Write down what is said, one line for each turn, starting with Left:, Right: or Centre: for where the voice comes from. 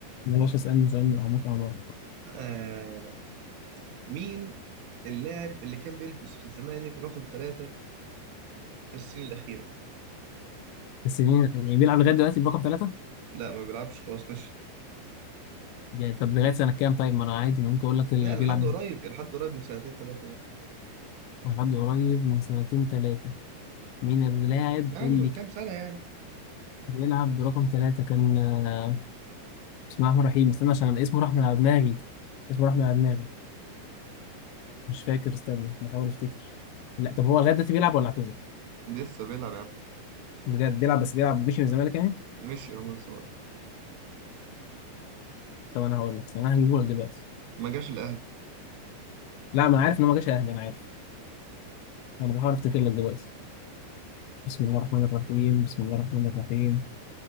Left: يا باشا اسالني سؤال من عمق انا
Right: آه مين اللاعب اللي كان بيلبس في الزمالك رقم ثلاثة في السنين الأخيرة
Left: السنين يعني بيلعب لغايه دلوقتي برقم ثلاثه
Right: لا ما بيلعبش خلاص مشي
Left: يعني طب لغايه سنه كام طيب ما انا عادي ممكن اقول لك اللي
Right: لا لحد
Left: بيلعب
Right: قريب لحد قريب من سنتين ثلاثة يعني
Left: لحد قريب من سنتين تلاتة مين اللاعب
Right: يعني
Left: اللي
Right: من كام
Left: كان
Right: سنة يعني
Left: بيلعب برقم تلاتة كان آه، بسم الله الرحمن الرحيم استنى عشان اسمه راح من على دماغي اسمه راح من على دماغي مش فاكر استنى بحاول افتكر لا طب هو لغاية دلوقتي بيلعب ولا اعتزل؟
Right: لسه بيلعب يا عم
Left: بجد بيلعب بس بيلعب مشي من الزمالك يعني؟
Right: مشي يا عم الزمالك.
Left: طب انا هقول لك استنى انا هجيبه لك دلوقتي
Right: ما جاش الأهلي
Left: لا ما انا عارف ان هو ما جاش اهلي انا عارف انا بحاول افتكر لك دلوقتي بسم الله الرحمن الرحيم بسم الله الرحمن الرحيم